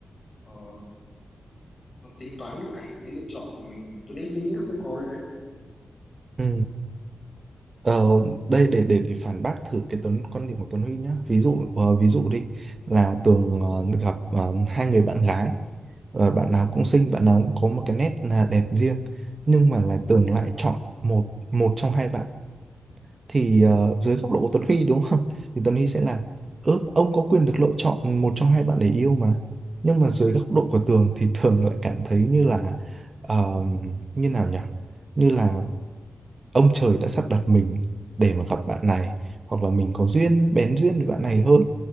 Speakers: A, on the left; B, on the right.
A: ờ, nó tính toán được cả cái lựa chọn của mình tôi đấy nghĩ là không có cái đấy
B: ừ. Ờ, đây để để để phản bác thử cái Tuấn quan điểm của Tuấn Huy nhá. Ví dụ ờ, ví dụ đi là Tường ờ, được gặp ờ, hai người bạn gái Ờ, bạn nào cũng xinh, bạn nào cũng có một cái nét là đẹp riêng nhưng mà là Tường lại chọn một một trong hai bạn thì ờ, dưới góc độ của Tuấn Huy đúng không? <laughs> Thì Tuấn Huy sẽ là ừ, ông có quyền được lựa chọn một trong hai bạn để yêu mà. Nhưng mà dưới góc độ của Tường thì Tường lại cảm thấy như là ờ, như nào nhỉ? Như là ông trời đã sắp đặt mình để mà gặp bạn này hoặc là mình có duyên bén duyên với bạn này hơn